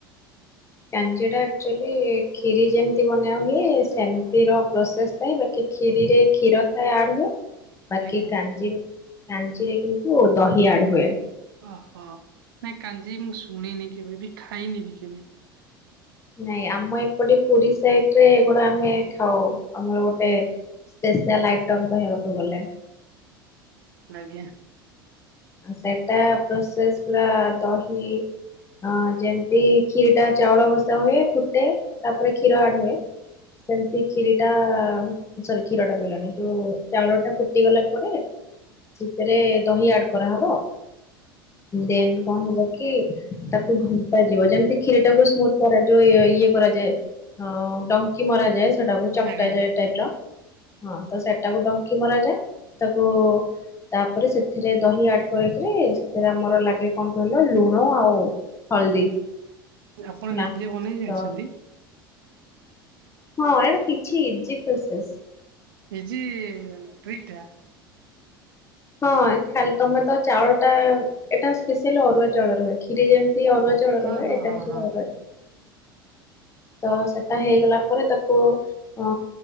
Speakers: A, on the left (about 25°); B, on the right (about 70°).
A: କାଞ୍ଜିଟା ଆକ୍ଚୁଆଲି କ୍ଷୀରୀ ଯେମିତି ବନିଆ ହୁଏ ସେମତିର ପ୍ରୋସେସ୍ ଥାଏ ବା କି କ୍ଷୀରିରେ ଖୀର ଥାଏ ଆଡ୍ ହୁଏ ବାକି
B: ଆଜ୍ଞା
A: କାଞ୍ଜି କାଞ୍ଜିିରେ କିନ୍ତୁ ଦହି ଆଡ୍ ହୁଏ।
B: ଓହୋ ନାଇଁ କାଞ୍ଜି ମୁଁ ଶୁଣିନି କେବେ ବି ଖାଇନି ବି କେବେ।
A: ନାଇଁ ଆମ ଏପଟେ ପୁରୀ ସାଇଡ୍ ରେ ଏଗୁଡା ଆମେ ଖାଉ ଆମର ଗୋଟେ ସ୍ପସିଆଲ୍ ଆଇଟମ୍ କହିବାକୁ ଗଲେ।
B: ଆଜ୍ଞା।
A: ସେଟା ପ୍ରୋସେସ୍ ପୁରା ଦହି ହଁ ଯେମିତି କ୍ଷୀରୀ ଟା ଚାଉଳ ବସା ହୁଏ ଫୁଟେ ତାପରେ କ୍ଷୀର ଆଡ୍ ହୁଏ ସେମତି କ୍ଷିରୀ ଟା ସରି। କ୍ଷୀର ଟା ଗଲାଣି ଯୋଉ ଚାଉଳ ଟା ଫୁଟି ଗଲା ପରେ ସେଥିରେ ଦହି ଆଡ୍ କରାହବ ଦେନ୍ କଣ ହବ କି ତାକୁ ଘଣ୍ଟା ଯିବ ଯେମିତି କ୍ଷୀରୀ ଟାକୁ ସ୍ମୁଥ୍ କରାଯିବ ଯୋଉ ଇଏ କରାଯାଏ ହଁ ଡଙ୍କି ମରା ଯାଏ ସେଟାକୁ ଚକ୍
B: ଆଜ୍ଞା
A: ଟା ଯାଏ ଟାଇପ୍ ର। ହଁ ତ ସେଟାକୁ ଡଙ୍କି ମରା ଯାଏ ତାକୁ ତାପରେ ସେଥିରେ ଦହି ଆଡ୍ କରିକିରି ସେଥିରେ ଆମର ଲାଗେ କଣ କହିଲ ଲୁଣ ଆଉ ହଳଦୀ
B: ଆପଣ
A: ହେଲା
B: ନିଜେ ବନେଇ
A: ତ
B: ଜାଣିଛନ୍ତି?
A: ହଁ ଏଇଟା କିଛି ଇଜି ପ୍ରସେସ୍।
B: ଇଜିି ଟ୍ରିକ୍ ଟା।
A: ହଁ ଖାଲି ତମେ ତ ଚାଉଳ ଟା ଏଟା ସ୍ପେଶସିଆଲି ଅରୁଆ ଚାଉଳରେ ହୁଏ କ୍ଷୀରି ଯେମି ତି ଅରୁଆ
B: ହଁ
A: ଚାଉଳ
B: ହଁ
A: ରେ ହୁଏ
B: ହଁ
A: ଏଟା
B: ହଁ
A: ବି ସେ
B: ହଁ
A: ଅରୁଆ ତ ସେଟା ହେଇଗଲା ପରେ ତାକୁ ଅ